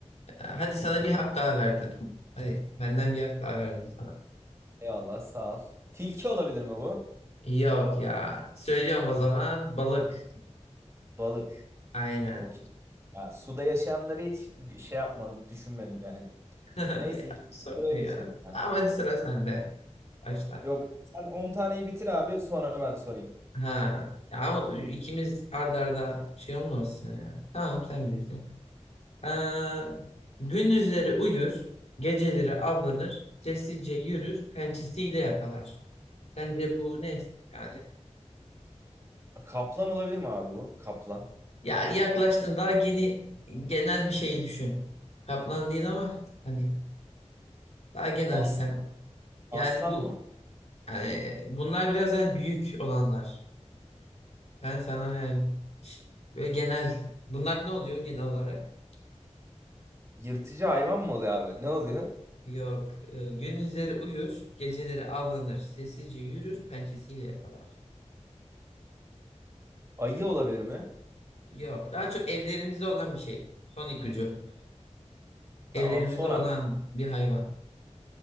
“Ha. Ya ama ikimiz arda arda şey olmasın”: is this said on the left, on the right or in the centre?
Left